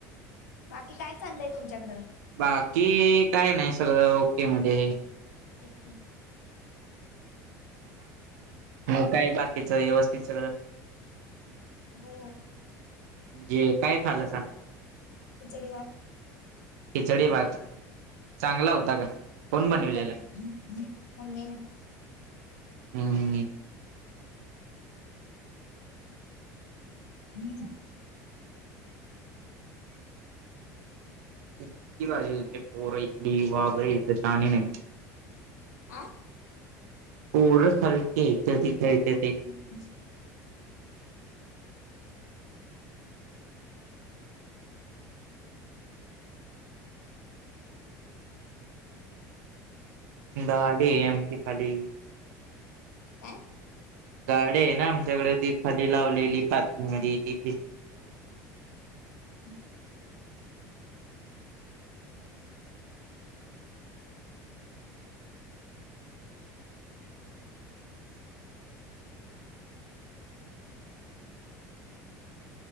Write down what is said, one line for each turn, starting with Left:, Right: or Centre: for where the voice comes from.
Left: बाकी काय चाललंय तुमच्याकडं?
Right: बाकी काय नाही सगळ ओके मध्ये
Left: एकदम
Right: मग काय बाकीचं व्यवस्थित सगळं
Left: हो
Right: ये काय खाल्लसा?
Left: खिचडी भात
Right: खिचडी भात चांगला होता का कोण
Left: हो
Right: बनविलेलं
Left: त्याची मम्मी न
Right: हम्म
Left: <unintelligible>
Right: इतकी पोर इथली वागली इथली शानी नाहीत
Left: आं
Right: पोर खालची इथ खेळत्यातीय
Left: <unintelligible>
Right: गाडी आहे आमची खाली
Left: काय
Right: गाडी आहे ना आमच्याकडे ती खाली लावलेली पार्किंग मध्ये ती
Left: <unintelligible>